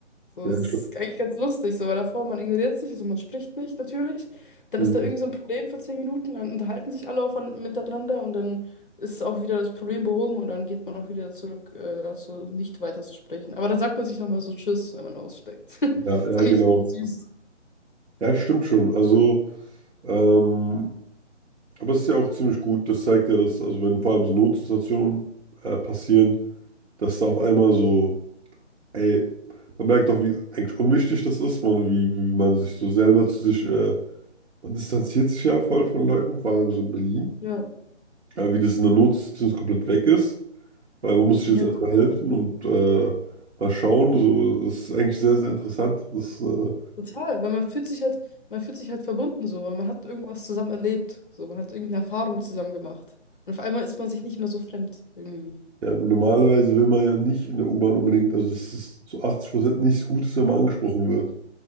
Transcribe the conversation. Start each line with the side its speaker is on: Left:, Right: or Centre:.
Left: So,
Right: ja,
Left: das
Right: ich
Left: ist
Right: glaub,
Left: eigentlich ganz lustig, so, weil davor man ignoriert sich, also man spricht nicht natürlich. Dann
Right: mhm.
Left: ist da irgend so ein Problem für zehn Minuten, dann unterhalten sich alle aufan- miteinander und dann ist auch wieder das Problem behoben und dann geht man auch wieder zurück äh, dazu, nicht weiter zu sprechen. Aber dann sagt man sich nochmal so Tschüss, wenn man aussteigt. <laughs>
Right: ja, ja,
Left: Ist eigentlich
Right: genau.
Left: ganz süß.
Right: Ja, stimmt schon. Also, ähm, aber es ist ja auch ziemlich gut, das zeigt ja, dass, also wenn vor allem so Notsituationen äh, passieren, dass da auf einmal so, ey, man merkt doch, wie eigentlich unwichtig das ist, man, wie, wie man sich so selber zu sich, äh, man distanziert sich ja voll von Leuten, vor allem so in Berlin.
Left: Ja,
Right: Aber wie das in der Notsituation komplett weg ist, weil man muss sich
Left: ja,
Right: jetzt erstmal
Left: genau.
Right: helfen und äh, mal schauen. So, das ist eigentlich sehr, sehr interessant. Das, äh,
Left: Total, weil man fühlt sich halt, man fühlt sich halt verbunden so, weil man hat irgendwas zusammen erlebt, so, man hat irgendeine Erfahrung zusammen gemacht. Und auf einmal ist man sich nicht mehr so fremd irgendwie.
Right: ja, normalerweise will man ja nicht in der U-Bahn unbedingt, also es ist zu 80% nichts Gutes, wenn man angesprochen wird.